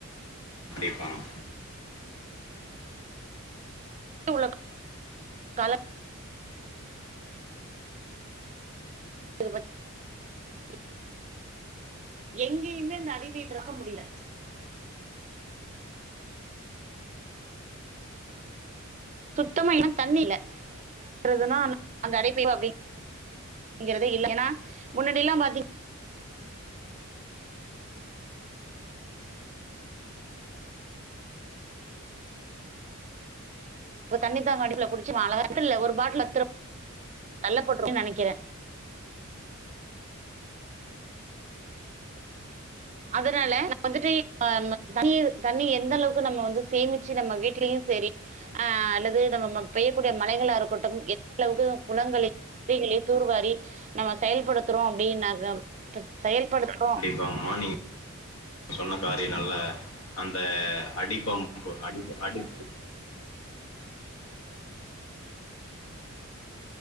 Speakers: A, on the left; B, on the right.
A: ப்பாம்
B: உள்ள கா கால <unintelligible> எங்கேயுமே அந்த அடிபைப்பு இருக்க முடியல சுத்தமா ஏன்னா தண்ணி இல்ல தண்ணி இல்ல அப்படிங்கரதுனா அங்க அடைப்ப அப்ப அப்பங்கறத இல்ல ஏன்னா முன்னாடி எல்லாம் பாத்தீங்க <inaudible> தண்ணி தா அங்க அடிப்புல குடிச்ச அழகாத்து ஒரு பாட்டில் பத்துரு கள்ள போட்டுன்னு நினைக்கிறே அதனால நம்ம வந்துட்டு தண்ணி தண்ணி எந்த அளவுக்கு நம்ம வந்து சேமிச்சு நம்ம வீடலயும் சரி அஹ் அல்லது நம்ம பெய்யக்கூடிய மழைகளா இருக்கட்டும் எந்த அளவுக்கு குளங்களையும் ஏறிகளையும் தூர்வாரி நம்ம செயல்படுத்துறோ அப்படின்னா செயல் படுத்துரோ
A: ங்கமா நீங் சொன்ன காரியங்கல்ல அந்த த அடிபம்ப்பு அடி அடிக்